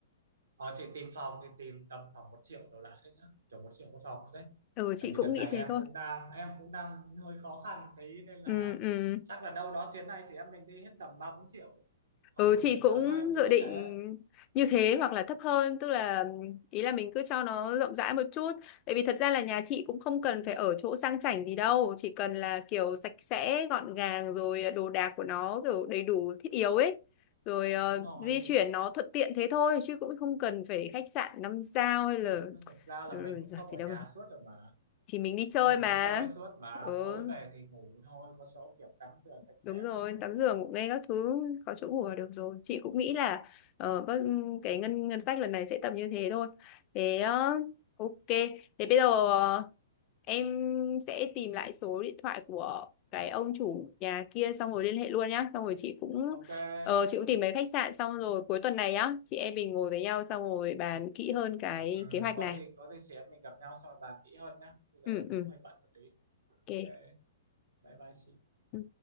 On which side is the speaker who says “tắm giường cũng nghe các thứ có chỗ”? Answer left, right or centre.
Left